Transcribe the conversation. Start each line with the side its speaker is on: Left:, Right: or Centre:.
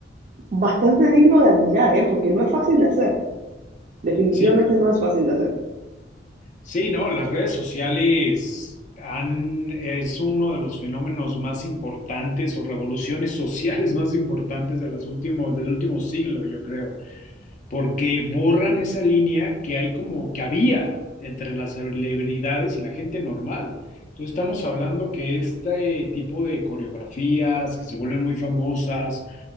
Right: bastante digno de admirar, ¿eh? Porque no es fácil de hacer, definitivamente
Left: Sí,
Right: no es fácil de hacer.
Left: Sí, no, las redes sociales han, es uno de los fenómenos más importantes o revoluciones <laughs> sociales más importantes de las últimos, del último siglo, yo creo, porque borran esa línea que hay como que había entre las celebridades y la gente normal. Entonces estamos hablando que este tipo de coreografías que se vuelven muy famosas,